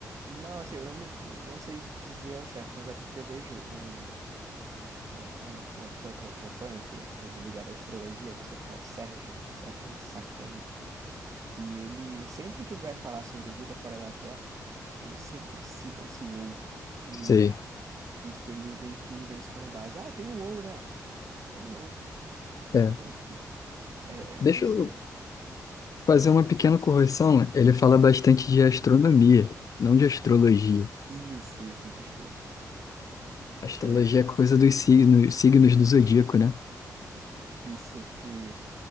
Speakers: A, on the right; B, on the left.
A: Não, assim, eu não, me- não sei dizer ao certo, mas é porque eu vejo um, um- um- uma pessoa que eu acompanho, que, que é ligada à astrologia, que, se- que é o Sérgio, Sérgio Sacani. E ele, sempre que ele vai falar sobre vida fora da Terra, ele sempre cita esse WoW. E,
B: Sei.
A: e tipo, ele meio que usa isso como base. Ah, tem um WoW, né? Tem um WoW. Então,
B: É.
A: <laughs> é,
B: Deixa
A: é disso
B: eu
A: que,
B: Fazer
A: que, eu,
B: uma
A: que eu
B: pequena
A: penso.
B: correção, ele fala bastante de astronomia, não de astrologia.
A: Isso, isso, desculpa.
B: Astrologia
A: É,
B: é coisa dos signos, signos do zodíaco, né?
A: isso que,